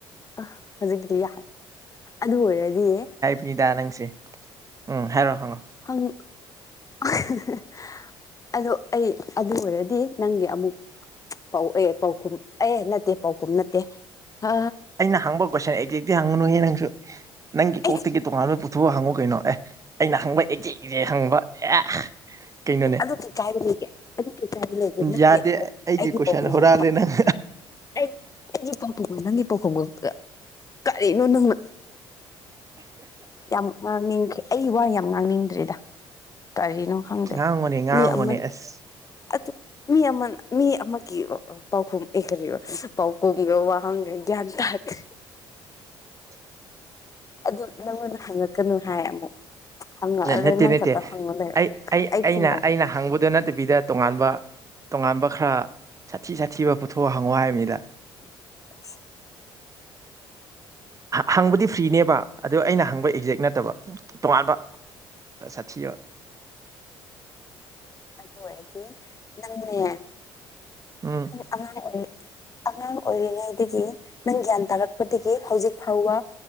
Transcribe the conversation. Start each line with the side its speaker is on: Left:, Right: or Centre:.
Left: ꯑ ꯍꯧꯖꯤꯛꯀꯤꯗꯣ ꯌꯥꯔꯦ ꯑꯗꯨ ꯑꯣꯏꯔꯗꯤ
Right: ꯅꯤꯗꯥ ꯅꯪꯁꯦ ꯎꯝ ꯍꯥꯏꯔꯛꯑꯣ ꯍꯪꯉꯣ
Left: ꯍꯪ <unintelligible> ꯑꯗꯣ ꯑꯩ ꯑꯗꯨ ꯑꯣꯏꯔꯗꯤ ꯅꯪꯒꯤ ꯑꯃꯨꯛ ꯄꯥꯎ ꯑꯦ ꯄꯥꯎꯈꯨꯝ ꯑꯦ ꯅꯠꯇꯦ ꯄꯥꯎꯈꯨꯝ ꯅꯠꯇꯦ ꯑ
Right: ꯑꯩꯅ ꯍꯪꯕ ꯀꯣꯏꯁꯟ ꯑꯦꯛꯖꯦꯛꯇꯤ ꯍꯪꯉꯨꯅꯨꯍꯦ ꯅꯪꯁꯨ ꯅꯪꯒꯤ
Left: ꯑꯩ
Right: ꯀꯣꯛꯇꯒꯤ ꯇꯣꯉꯥꯟꯕ ꯄꯨꯊꯣꯛꯑ ꯍꯪꯉꯨ ꯀꯩꯅꯣ ꯑꯦ ꯑꯩꯅ ꯍꯪꯕ ꯑꯦꯖꯦꯛ ꯑꯦꯖꯦꯛ ꯍꯪꯕ ꯑꯦ ꯀꯩꯅꯣꯅꯦ
Left: ꯑꯗꯨ ꯀꯩ ꯀꯥꯏꯕ ꯂꯩꯒꯦ ꯑꯗꯨ ꯀꯩ ꯀꯥꯏꯕ ꯂꯩꯒꯦ ꯅꯪꯒꯤ
Right: ꯌꯥꯗꯦ
Left: ꯄꯥꯎꯈꯨꯝꯒ
Right: ꯑꯩꯒꯤ ꯀꯣꯏꯁꯟ
Left: ꯄꯥꯎꯈꯨꯝꯒ
Right: ꯍꯨꯔꯥꯜꯂꯦ ꯅꯪ
Left: ꯑꯩ ꯑꯩꯒꯤ ꯄꯥꯎꯈꯨꯝꯒ ꯅꯪꯒꯤ ꯄꯥꯎꯈꯨꯝꯒ ꯀꯔꯤꯅꯣ ꯅꯪꯅ ꯌꯥꯝ <unintelligible> ꯑꯩ ꯋꯥ ꯌꯥꯝ ꯉꯥꯡꯅꯤꯡꯗ꯭ꯔꯦꯗ ꯀꯔꯤꯅꯣ ꯈꯪꯗꯦ
Right: ꯉꯥꯡꯉꯨꯅꯦ ꯉꯥꯡꯉꯨꯅꯦ
Left: ꯃꯤ ꯑꯃ
Right: ꯑꯁ
Left: ꯑꯗꯨ ꯃꯤ ꯑꯃꯅ ꯃꯤ ꯑꯃꯒꯤ ꯄꯥꯎꯈꯨꯝ ꯑꯦ ꯀꯔꯤꯔꯣ ꯄꯥꯎꯈꯨꯝꯒ ꯋꯥꯍꯪꯒ ꯒ꯭ꯌꯥꯟ ꯇꯥꯗ꯭ꯔꯦ
Right: <inaudible>
Left: ꯑꯗꯨ ꯅꯪꯉꯣꯟꯗ ꯍꯪꯉꯛꯀꯅꯨ ꯍꯥꯏ ꯑꯃꯨꯛ ꯍꯪꯉꯛꯑꯔꯣꯏ
Right: ꯅꯠꯇꯦ
Left: ꯅꯪ
Right: ꯅꯠꯇꯦ
Left: ꯈꯛꯇ ꯍꯪꯉ ꯂꯩꯔꯣ
Right: ꯑꯩ-ꯑꯩ
Left: ꯑꯩ
Right: ꯑꯩꯅ-ꯑꯩꯅ
Left: ꯈꯨꯝꯃꯒ
Right: ꯍꯪꯕꯗꯣ ꯅꯠꯇꯕꯤꯗ ꯇꯣꯉꯥꯟꯕ ꯇꯣꯉꯥꯟꯕ ꯈꯔ ꯁꯥꯊꯤ ꯁꯥꯊꯤꯕ ꯄꯨꯊꯣꯛ ꯍꯪꯉꯣ ꯍꯥꯏꯕꯅꯤꯗ
Left: <inaudible>
Right: ꯍꯪꯕꯗꯤ
Left: ꯈꯪꯗꯦ
Right: ꯐ꯭ꯔꯤꯅꯦꯕ ꯑꯗꯨ ꯑꯩꯅ ꯍꯪꯕ ꯑꯦꯛꯖꯦꯛ ꯅꯠꯇꯕ ꯇꯣꯉꯥꯟꯕ ꯁꯥꯊꯤꯕ
Left: ꯑꯗꯨ ꯑꯣꯏꯗꯤ ꯅꯪꯅꯦ
Right: ꯎꯝ
Left: ꯑꯉꯥꯡ ꯑꯣꯏ ꯑꯉꯥꯡ ꯑꯣꯏꯔꯤꯉꯩꯗꯒꯤ ꯅꯪ ꯒ꯭ꯌꯥꯟ ꯇꯥꯔꯛꯄꯗꯒꯤ ꯍꯧꯖꯤꯛ ꯐꯥꯎꯕ